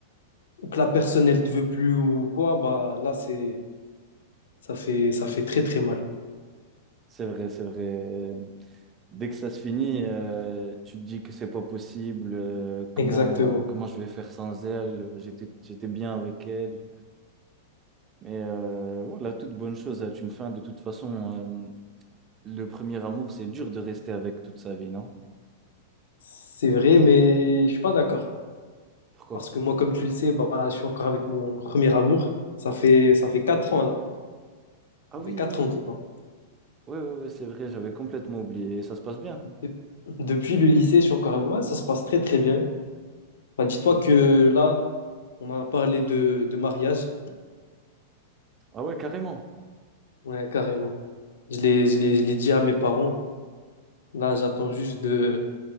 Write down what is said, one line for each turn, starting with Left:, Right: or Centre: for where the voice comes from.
Left: ou que la personne elle te veut plus ou quoi, bah là c'est ça fait ça fait très très mal.
Right: c'est vrai, c'est vrai. Dès que ça se finit, euh, tu te dis que c'est pas possible. euh, comment,
Left: Exactement.
Right: comment je vais faire sans elle? J'étais, j'étais bien avec elle. Et euh, voilà, toute bonne chose a une fin. De toute façon, euh, le premier amour, c'est dur de rester avec toute sa vie, non?
Left: C'est vrai, mais je suis pas d'accord.
Right: Pourquoi?
Left: Parce que moi, comme tu le sais, bah, je suis encore avec mon premier amour. Ça fait ça fait quatre ans là.
Right: Ah
Left: Ça
Right: oui,
Left: fait quatre ans, dis-toi.
Right: ouais, ouais, ouais, c'est vrai, j'avais complètement oublié. Et ça se passe bien.
Left: Et Depuis le lycée, je suis encore avec. Ouais, ça se passe très très bien. Bah, dis-toi
Right: Ouais.
Left: que là, on a parlé de, de mariage.
Right: Ah ouais, carrément.
Left: Ouais, carrément. Je l'ai je l'ai je l'ai dit à mes parents. Là, j'attends juste de...